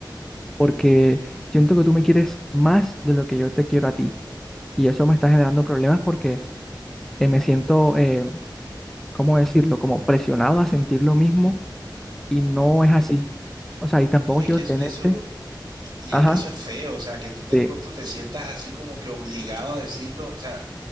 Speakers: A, in the centre; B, on the right.
A: porque siento que tú me quieres más de lo que yo te quiero a ti y eso me está generando problemas porque eh, me siento, eh, ¿cómo decirlo? Como presionado a sentir lo mismo y no es así. O sea, y tampoco
B: No, es
A: quiero
B: que
A: tenerte.
B: si eso, y
A: Ajá.
B: y es que eso es feo, o sea, que tú de
A: Sí,
B: pronto te sientas así como que obligado a decirlo, o sea,